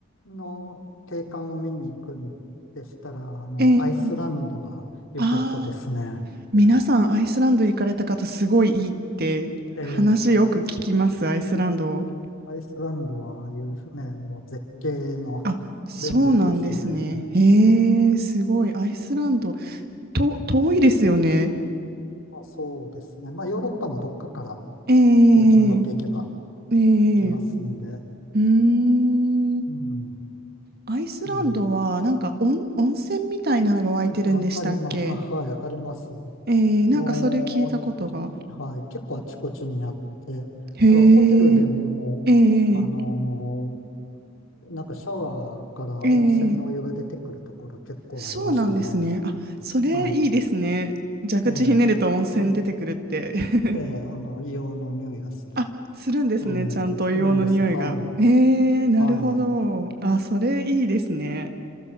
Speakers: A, on the left; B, on the right.
A: の景観を見に行くんでしたら、あの、
B: ええ
A: アイスランドが良かったですね。
B: あ皆さん、アイスランド行かれた方、すごいいいって話よく聞きます、
A: ええ、
B: アイスランド。
A: アイスランドはいうね、もう絶景の
B: あ、
A: <laughs>
B: そうなんですね。
A: 連続ですね。
B: へえ、すごい。アイスランド、と、遠いですよね。
A: あ、そうですね。まあ、ヨーロッパのどっかから
B: ええ、
A: 飛行機に乗っていけば
B: ええ、
A: 行けますんで、
B: うーん。
A: うん。ね
B: アイスランドは、
A: えー
B: なんか温、温泉みたいなのが湧いてるんでしたっけ
A: 温泉あります。あ、はい、あります。
B: ええ、
A: も
B: なんかそれ聞いたことが。
A: う、はい、結構あちこちにあって、なん
B: へえ、
A: かホテルでも、
B: え
A: あのー
B: え、
A: なんかシャワーから温泉のお湯が出てくるところ結構ありましたね。
B: ええ、そうなんですね。あ、それいいですね。
A: はい。
B: 蛇口ひねると温泉出てくるって
A: ええ、あの
B: <laughs>
A: ええ、あの、硫黄の匂いがする。
B: あ、するんですね。
A: はい、
B: ちゃんと硫黄の匂いが。
A: するんです。はい。
B: えー、なるほど。
A: はい。
B: あ、それいいですね。